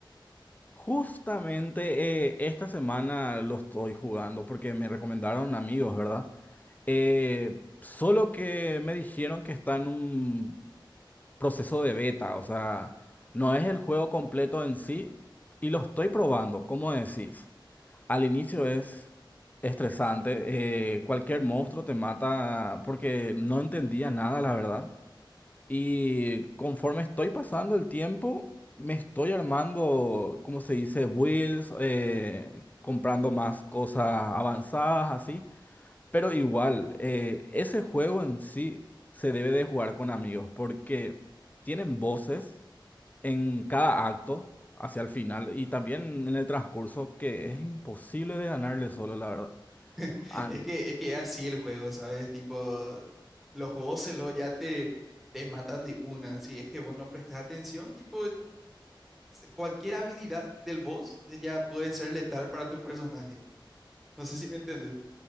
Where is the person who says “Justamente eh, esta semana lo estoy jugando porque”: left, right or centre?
Left